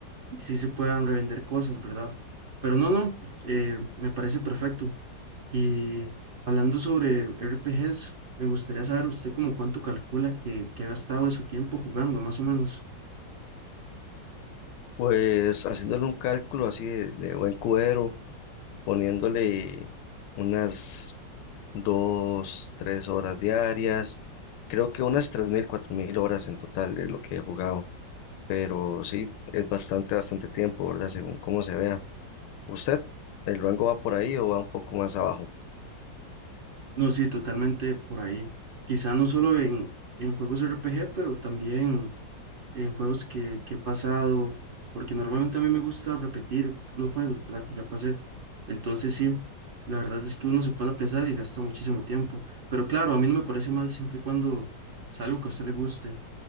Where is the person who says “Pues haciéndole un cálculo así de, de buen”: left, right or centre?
Left